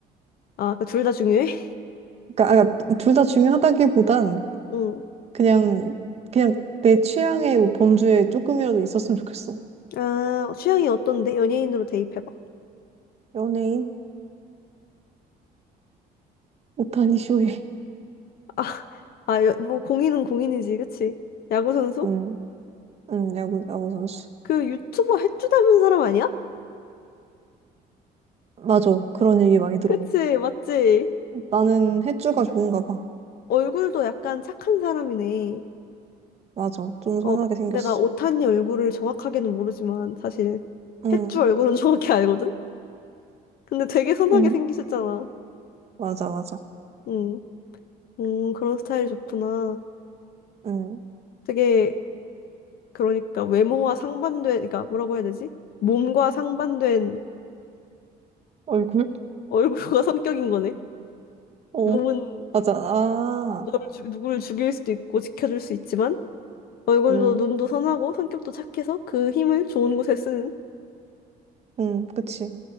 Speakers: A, on the left (about 65°); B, on the right (about 40°).
A: 아, 그러니까 둘다 중요해? <laughs>
B: 그러니까 아, 그러니까 둘 다 중요하다기보단
A: 응.
B: 그냥 그냥 내 취향의 범주에 조금이라도 있었으면 좋겠어.
A: 아, 취향이 어떤데? 연예인으로 대입해봐.
B: 연예인 오타니 쇼헤이,
A: 아, 아, 여- 뭐 공인은 공인이지, 그치? 야구 선수?
B: <laughs> 응, 응, 야구 야구 선수.
A: 그 유튜버 해주 닮은 사람 아니야?
B: 맞아, 그런 얘기 많이 들어.
A: 그치, 맞지?
B: 나는 해주가 좋은가 봐.
A: 얼굴도 약간 착한 사람이네.
B: 맞아, 좀
A: 어,
B: 선하게 생겼어.
A: 내가 오타니 얼굴을 정확하게는 모르지만 사실
B: 응,
A: 해주 얼굴은 <laughs> 정확히 알거든? 근데 되게 선하게
B: 응,
A: 생기셨잖아.
B: 맞아, 맞아.
A: 응, 음, 그런 스타일이 좋구나.
B: 응,
A: 되게 그러니까 외모와 상반된, 그러니까 뭐라고 해야 되지? 몸과 상반된
B: 얼굴?
A: 얼굴과 <laughs> 성격인 거네.
B: 어,
A: 몸은
B: 맞아. 아,
A: 널 죽- 누구를 죽일 수도 있고 지켜줄 수 있지만 얼굴도
B: 응,
A: 눈도 선하고 성격도 착해서 그 힘을 좋은 곳에 쓰는
B: 응, 그치.